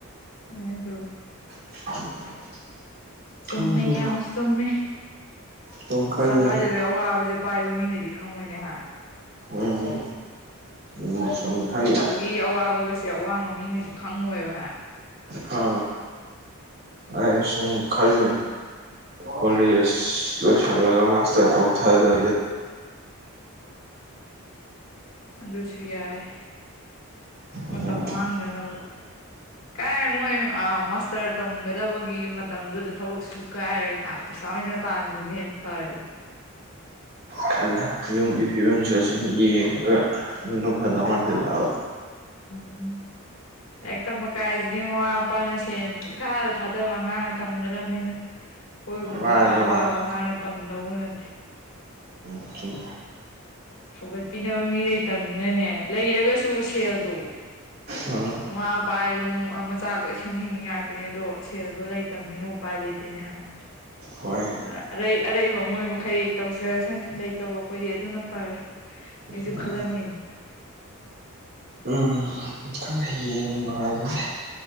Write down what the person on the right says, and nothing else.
<unintelligible>
ꯈꯪ ꯁꯨꯝ
ꯁꯨꯝ ꯈꯜꯂꯦ
ꯎꯝ ꯎꯝ ꯁꯪꯈꯥꯏ
ꯍ ꯑꯩꯁꯨꯨꯝ ꯈꯔ ꯀꯣ ꯂ ꯁ ꯃꯥꯇꯣꯛ ꯊ ꯊ
ꯎꯝ
ꯊꯪ ꯌꯨꯝꯒꯤ ꯐꯤꯕꯝꯁꯤꯒ ꯁꯨꯝ ꯌꯦꯡꯉꯒ ꯑꯗꯨꯅꯝ ꯐꯗꯧꯀꯥꯟꯁꯤꯜꯂꯥꯛꯑꯕ
ꯃꯥꯅꯤ
ꯃꯥꯅꯤ
ꯎꯨꯝ
ꯎꯝ
ꯍꯣꯏ
ꯎꯝ
ꯎꯝꯪ ꯌꯦꯡꯕ ꯑꯗꯨ